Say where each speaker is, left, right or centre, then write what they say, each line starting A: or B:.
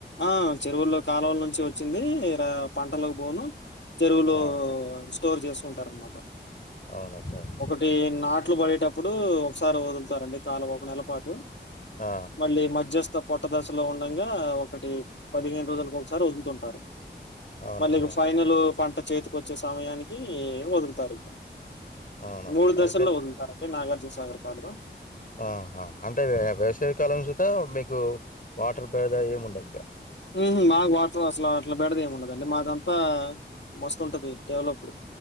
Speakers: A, on the left; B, on the left.
A: ఆ చెరువులో కాలవల నుంచి వచ్చింది రా పంటల్లోకి బోను చెరువులో
B: ఆ
A: స్టోర్ చేసుకుంటారు అనమాట
B: అవునా సార్
A: ఒకటి నాట్లు పడేటప్పుడు ఒకసారి వదులుతారండి కాలవ ఒక నెల పాటు
B: ఆ
A: మళ్ళీ మధ్యస్థ పొట్టదశలో ఉండగా ఒకటి పదిహేను రోజులకు ఒకసారి వదులుతుంటారు
B: అవునా
A: మళ్ళీ
B: సార్
A: ఫైనల్ పంట చేతికొచ్చే సమయానికి వదులుతారు ఇకా
B: అవునా
A: మూడు
B: సార్
A: దశల్లో
B: అయితే
A: వదులుతారండి నాగార్జునసాగర్ కాలువ
B: ఆ హా అంటే ఏ వేసవికాలం చూత మీకు వాటర్ పేడద ఏమి ఉండదు ఇగా
A: ఉహు మాకు వాటర్ అసలు అట్లా బేడద ఏమి ఉండదండి మాదంతా మస్తుంటది డెవలప్డ్